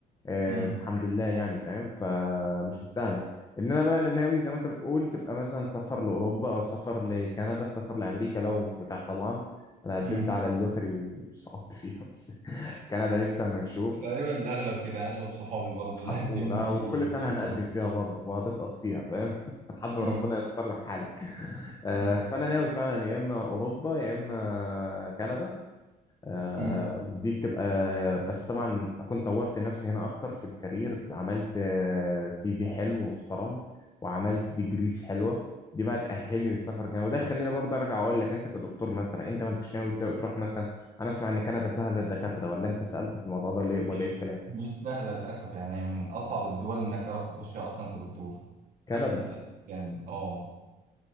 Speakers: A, on the left (about 20°); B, on the right (about 55°).
A: آه
B: مم،
A: الحمد لله يعني فاهم فمش مستاهله ان انا بقى أنا ناوي زي ما انت بتقول تبقى مثلا سفر لاوروبا او سفر لكندا سفر لامريكا لو متاح طبعا انا قدمت
B: مم.
A: على اللوتري وسقطت فيها بس <laughs> كندا لسه اما نشوف
B: تقريبا الاغلب كده اغلب صحابي برضو اللي
A: على
B: هتديموا
A: طول آه،
B: في
A: وكل
B: افلام
A: سنه هنقدم
B: برضو
A: فيها برضه فهتسقط فيها فاهم <laughs> لحد
B: امم
A: ما ربنا ييسر لك حالك آه،
B: امم
A: فانا ناوي فعلا يا اما اوروبا يا اما كندا آه،
B: امم
A: دي بتبقى بس طبعا اكون طورت نفسي هنا اكتر في الكارير عملت سي في حلو ومحترم وعملت ديجريز حلوه دي بقى تأهلني للسفر الجاي وده خليني برضه ارجع اقول لك انت كدكتور مثلا انت ما انتش ناوي تروح مثلا انا اسمع ان كندا سهله للدكاتره ولا انت سألت في الموضوع ده ليه ولا
B: مش
A: ايه الكلام
B: مش سهله للاسف يعني من اصعب الدول انك تعرف تخشها اصلا كدكتور
A: كندا
B: للاسف يعني اه